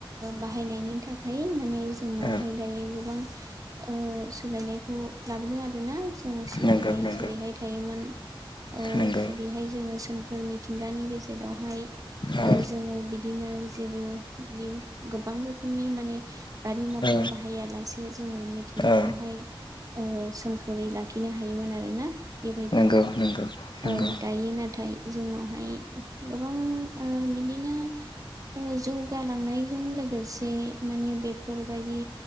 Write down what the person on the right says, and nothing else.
बाहायनायनि थाखाय माने जोंनावहाय
दायो गोबां औ सोलायनायखौ लाबोदों आरो आरोना जों सिगांहाय
जेरैहाय थायोमोन। औ
जेरैहाय जोङो सोमखोर मिथिंगानि गेजेरावहाय
जोङो बिदिनो जेबो बियो गोब गोबां रोखोमनि माने गारि मथर
बाहाया लासे जोङो मिथिंगाखौहाय
ओ सोमखोरै लाखिनो हायोमोन आरोना। बेबायदिनो
औ दायो नाथाय जोंनावहाय गोबां बिदिनो जौगालांनायजों लोगोसे से माने बेफोरबायदि